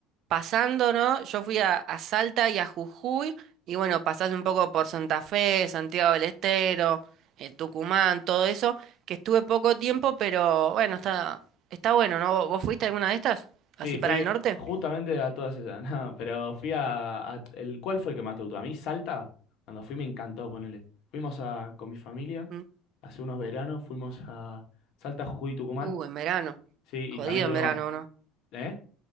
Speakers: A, on the right; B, on the left.
A: pasando, ¿no? Yo fui a, a Salta y a Jujuy, y bueno, pasás un poco por Santa Fe, Santiago del Estero, eh, Tucumán, todo eso, que estuve poco tiempo, pero bueno, está, está bueno, ¿no? ¿Vos, vos fuiste a alguna de estas? ¿Así
B: Sí, fui
A: para el norte?
B: justamente a todas esas, <laughs> no, pero fui a, a- el, ¿cuál fue el que más te gustó? A mí, Salta, cuando fui me encantó, ponele. Fuimos a, con mi familia,
A: Mm.
B: hace unos veranos, fuimos a Salta, Jujuy y Tucumán,
A: Uh, en verano.
B: sí,
A: Jodido
B: y también tuvimos,
A: en verano, ¿no?
B: ¿eh?